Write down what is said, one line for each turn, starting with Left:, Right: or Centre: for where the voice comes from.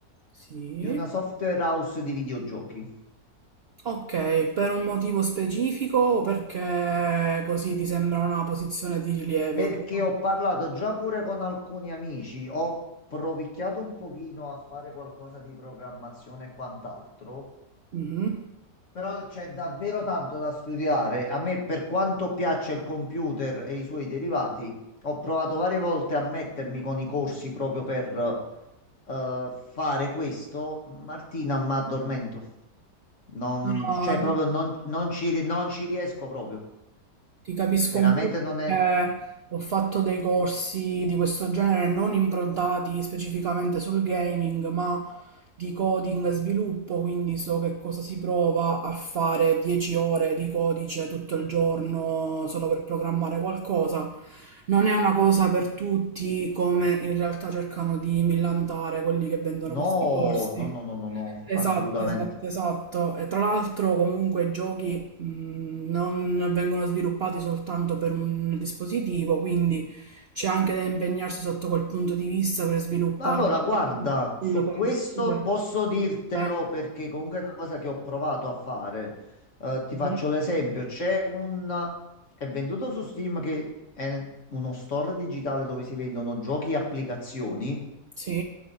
Right: Sì.
Left: di una software house di videogiochi.
Right: Ok, per un motivo specifico o perché così ti sembra una posizione di rilievo?
Left: Perché
Right: tua?
Left: ho parlato già pure con alcuni amici, ho provicchiato un pochino a fare qualcosa di programmazione e quant'altro,
Right: Mhm.
Left: però c'è davvero tanto da studiare. A me, per quanto piaccia il computer e i suoi derivati, ho provato varie volte a mettermi con i corsi proprio per eh, fare questo. Martina, ma addormento. Non,
Right: No, no,
Left: cioè, proprio
Right: di-
Left: non, non ci, non ci riesco proprio.
Right: Ti capisco
Left: Veramente
Right: un po'
Left: non è.
Right: perché ho fatto dei corsi di questo genere non improntati specificamente sul gaming, ma di coding e sviluppo, quindi so che cosa si prova a fare 10 ore di codice tutto il giorno solo per programmare qualcosa. Non è una cosa per tutti, come in realtà cercano di millantare quelli che vendono
Left: No,
Right: questi corsi.
Left: no, no, no, no, no,
Right: Esatto,
Left: assolutamente.
Right: esatto, esatto. E tra l'altro comunque i giochi mh, non vengono sviluppati soltanto per un dispositivo, quindi c'è anche da impegnarsi sotto quel punto di vista per sviluppare
Left: No, Allora,
Right: il
Left: guarda,
Right: computer.
Left: su questo posso dirtelo
Right: Eh,
Left: perché comunque è una cosa che ho provato a fare. Eh, ti
Right: mhm.
Left: faccio l'esempio, c'è un... è venduto su Steam che è uno store digitale dove si vendono giochi e applicazioni.
Right: Sì,